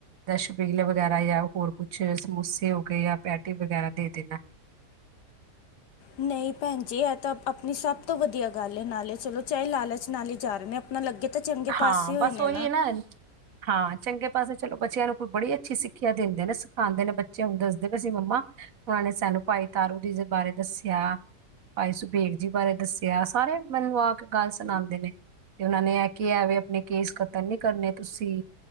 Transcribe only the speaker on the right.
ਜਾਂ ਸ਼ਬੀਲ ਵਗੈਰਾ ਜਾਂ ਹੋਰ ਕੁਛ ਸਮੋਸੇ ਹੋ ਗਏ ਜਾਂ ਪੈਟੀ ਵਗੈਰਾ ਦੇ ਦੇਣਾ।
ਹਾਂ,
ਬਸ
ਉਹੀ ਏ ਨਾ ਹਾਂ, ਚੰਗੇ ਪਾਸੇ ਚਲੋ, ਬੱਚਿਆਂ ਨੂੰ ਕੋਈ ਬੜੀ ਅੱਛੀ ਸਿੱਖਿਆ ਦਿੰਦੇ ਨੇ, ਸਿਖਾਦੇ ਨੇ। ਬੱਚੇ ਹੁਣ ਦੱਸਦੇ ਪਏ ਸੀ, ਮੰਮਾ ਹੁਨੇ ਨੇ ਸਾਨੂੰ ਭਾਈ ਤਾਰੂ ਜੀ ਦੇ ਬਾਰੇ ਦੱਸਿਆ ਭਾਈ ਸੁਬੇਗ ਜੀ ਬਾਰੇ ਦੱਸਿਆ। ਸਾਰੇ ਮੈਨੂੰ ਆ ਕੇ ਗੱਲ ਸੁਨਾੰਦੇ ਨੇ ਤੇ ਉਹਨਾਂ ਨੇ ਐ ਕਿ ਐਵੇਂ, ਆਪਣੇ ਕੇਸ ਕਤਲ ਨਈ ਕਰਨੇ ਤੁਸੀਂ